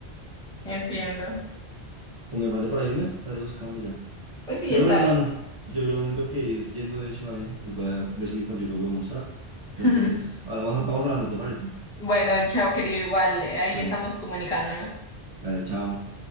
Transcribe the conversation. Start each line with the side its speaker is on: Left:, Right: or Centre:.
Centre: Entiendo.
Right: Cuando me falte por ahí un mes, estaré buscando ya.
Centre: Pues sí,
Right: Pero
Centre: está
Right: bueno,
Centre: bien.
Right: mano, yo, yo me tengo que ir yendo, de hecho, también. Pues voy a ver si consigo algo de almorzar.
Centre: <laughs>
Right: Pero entonces, ah, vamos, vamos hablando, ¿te parece?
Centre: Bueno, chao, querido, igual eh, ahí
Right: Dale,
Centre: estamos comunicándonos.
Right: dale, chao.